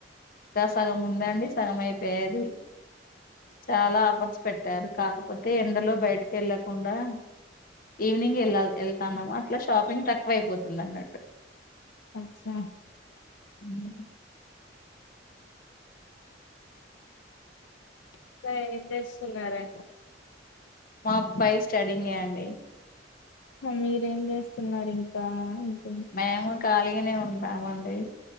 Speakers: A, on the left (about 50°); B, on the left (about 75°).
A: ఇంకా సగం ఉందండి సగం అయిపోయది చాలా ఆఫర్స్ పెట్టారు కాకపోతే ఎండలో బయటకి వెళ్ళకుండా ఈవినింగ్ వెళ వెళ్తాన్నాము అట్లా షాపింగ్ తక్కువ అయిపోతుంది అన్నట్టు
B: అచ్చా
A: ఊహూ
B: ఇంకా ఏం చేస్తున్నారండి
A: మా అబ్బాయి స్టడింగ్ ఏ అండి
B: మీరేం చేస్తున్నారు ఇంకా అంటున్న
A: మేము ఖాళీగానే ఉన్నాము అండి